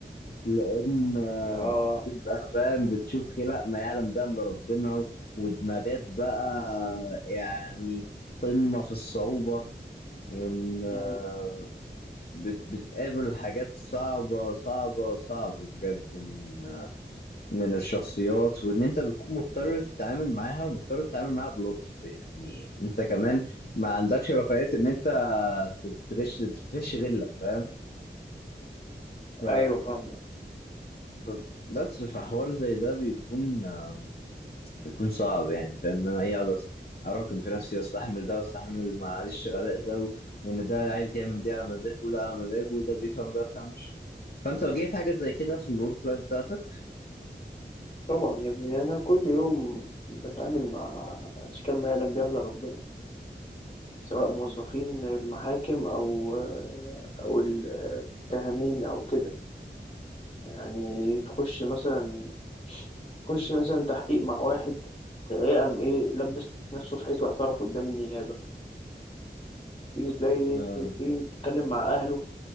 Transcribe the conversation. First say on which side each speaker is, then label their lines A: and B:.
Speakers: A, on the left; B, on the left.
A: لان آه،
B: اه
A: بتبقى فاهم بتشوف خلق ما يعلم ده الا ربنا ودماغات بقى يعني قمة في الصعوبة وان آه،
B: مم.
A: بت- بتقابل حاجات صعبة صعبة صعبة بجد من آه، من الشخصيات وان انت بتكون مضطر تتعامل معاها ومضطر تتعامل معاها بلطف يعني انت كمان ما عندكش رفاهية ان انت تتغش تتغش غيرك فاهم ف
B: ايوه فاهمك
A: ف- بس في حوار زي ده بيكون آه، بيكون صعب يعني فاهم ان انا ايه اقعد أس- اراكم في نفسي واستحمل ده واستحمل معلش غباء ده و... وان ده عايز يعمل دي على مزاجه وده على مزاجه وده بيفهم ده بيفهمش فانت واجهت حاجات زي كده في الورك لايف بتاعتك
B: طبعا يا ابني انا كل يوم بتعامل مع اشكال ما يعلم بها الا ربنا سواء موظفين المحاكم او او المتهمين او كده يعني تخش مثلا تخش مثلا تحقيق مع واحد تلاقيه قام ايه لبس نفسه في حيط واعترف قدام النيابه تيجي تلاقي
A: آه.
B: تيجي تتكلم مع اهله